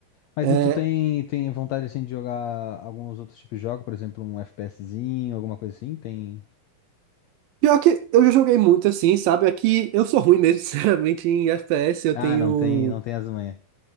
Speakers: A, on the left; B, on the right.
A: Mas
B: É,
A: e tu tem, tem vontade assim de jogar alguns outros tipos de jogo, por exemplo, um FPSzinho, alguma coisa assim? Tem.
B: pior que eu já joguei muito assim, sabe? Aqui eu sou ruim mesmo, <laughs> sinceramente, em FPS. Eu
A: Ah,
B: tenho.
A: não tem, não tem as manhas.